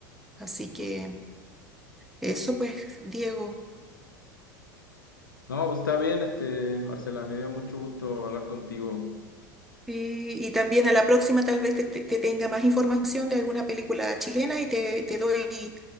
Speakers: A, in the centre; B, on the left.
A: Así que eso pues, Diego.
B: No, pues está bien, este, Marcela, me dio mucho gusto hablar contigo.
A: Y, y también a la próxima tal vez te, te- te tenga más información de alguna película chilena y te, te doy